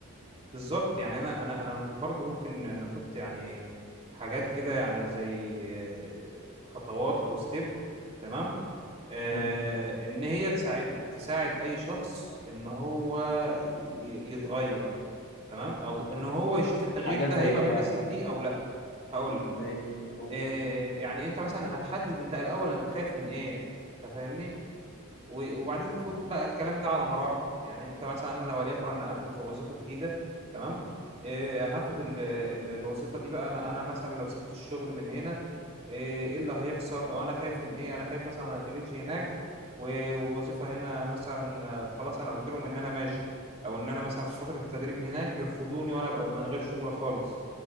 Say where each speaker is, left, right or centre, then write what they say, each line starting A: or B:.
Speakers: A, on the right (about 30°); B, on the left (about 55°).
A: بالظبط يعني انا انا انا برضو ممكن نحط يعني حاجات كده يعني زي آه، خطوات او ستيب تمام آه
B: حلو
A: ان هي تساعد تساعد اي شخص ان هو ي- يتغير تمام او ان هو يشوف التغيير
B: حاجات
A: ده
B: زي
A: هيبقى
B: ايه
A: مناسب
B: يعني
A: ليه او لا هقول
B: زي ايه قول.
A: آه يعني انت مثلا هتحدد انت الاول انت خايف من ايه انت فاهمني و- وبعدين خد بقى الكلام ده على مراحل يعني انت مثلا انا وليكن انا اقدم في وظيفه جديده تمام إيه هاخد ال ال الوظيفه دي بقى انا انا مثلا لو سبت الشغل من هنا ايه إيه اللي هيحصل او انا خايف من ايه انا خايف مثلا ما اتقبلش هناك و- والوظيفه هنا مثلا آه، خلاص انا قلت لهم ان انا ماشي او ان انا مثلا في فتره التدريب هناك يرفضوني وانا ابقى من غير شغل خالص